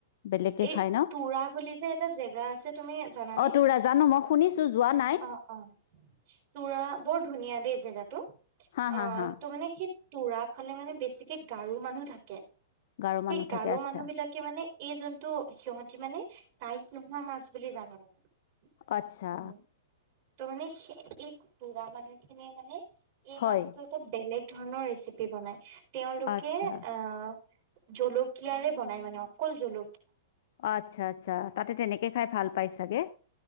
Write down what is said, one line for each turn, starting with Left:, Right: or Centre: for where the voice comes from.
Left: বেলেগকে
Right: এই
Left: খাই ন
Right: তুৰা বুলি যে এটা জেগা আছে তুমি জানানে।
Left: অ তোৰ জানো মই শুনিছোঁ যোৱা নাই
Right: অ-অ' তুৰা বৰ ধুনীয়া দেই জেগাতটো।
Left: হা হা
Right: অ'
Left: হা
Right: তো মানে সেই তোৰা ফালে মানে বেছিকে গাৰু মানুহ থাকে।
Left: গাৰো মানুহ
Right: সেই
Left: থাকে
Right: গাৰোঁৰ
Left: আচ্ছা
Right: মানুহ বিলাকে মানে। এই যোনটো সিহতি মানে কাইত নোহোৱা মাছ বুলি জানে মানে।
Left: আচ্ছা।
Right: উম। ত, মানে এই পুঢৰা মানুহ খিনিয়ে মানে এই
Left: হয়
Right: মাছতটো এটা বেলেগ। ধৰণৰ ৰেচিপি বনাই তেওলোকে
Left: আচ্ছা
Right: আহ। জলকিয়াৰে বনাই মানে অকল জল
Left: আচ্ছা - আচ্ছা তাতে তেনেকে খাই ভাল পাই চাগে।